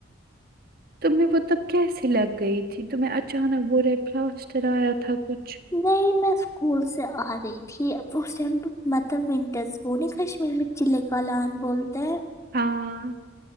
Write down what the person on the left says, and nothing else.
نہیں میس اسکول سے آ گی تھی اب وہ مپو مطلب ونٹرس وہ نہیں کشمیر میں چلک لان بولتے ہیں